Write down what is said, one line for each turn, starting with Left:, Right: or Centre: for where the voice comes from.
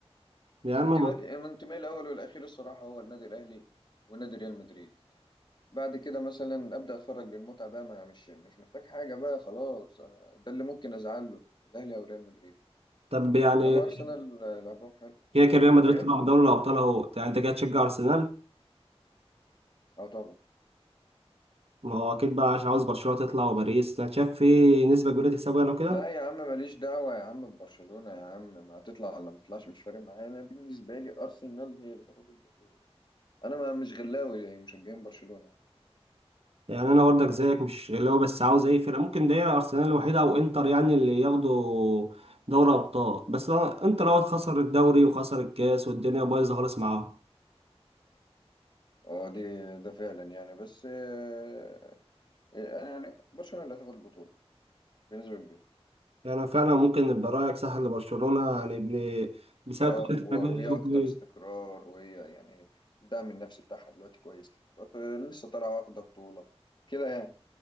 Right: يا عم
Left: انتماء
Right: ما-
Left: أنا انتمائي الاول والاخير الصراحه هو النادي الاهلي ونادي ريال مدريد بعد كده مثلا ابدا اتفرج للمتعه بقى ما انا مش مش محتاج حاجه بقى خلاص انا ده اللي ممكن ازعل له الاهلي او ريال مدريد
Right: طب يعني
Left: انما ارسنال آه، لعبهم حلو
Right: كده كده ريال مدريد
Left: ايه
Right: طلع من دوري الابطال اهو يعني انت كده تشجع ارسنال
Left: اه طبعا
Right: ما هو اكيد بقى عشان عاوز برشلونه تطلع وباريس انت شايف في نسبه كبيره تكسبه يعني وكده
Left: لا يا عم ماليش دعوة يا عم ببرشلونة يا عم ما هتطلع ولا ما تطلعش مش فارق معايا انا بالنسبة لي أرسنال هي اللي تاخد البطولة انا ما مش غلاوي زي مشجعين برشلونة
Right: يعني انا برضك زيك مش اللي هو بس عاوز اي فرقه ممكن ده ارسنال الوحيده او انتر يعني اللي ياخدوا دوري ابطال بس لو- انتر لو خسر الدوري وخسر الكاس والدنيا بايظه خالص معاهم
Left: اه دي ده فعلا يعني بس آه، آه، انا يعني برشلونة اللي هتاخد البطولة بنسبة كبيرة
Right: يعني فعلا ممكن يبقى رايك صح لبرشلونه يعني ابن بسبب
Left: هي اقوى
Right: طريقه
Left: وهي
Right: لعبهم.
Left: اكتر استقرار وهي يعني الدعم النفسي بتاعها دلوقتي كويس بط- لسه طالعة واخدة بطولة كده يعني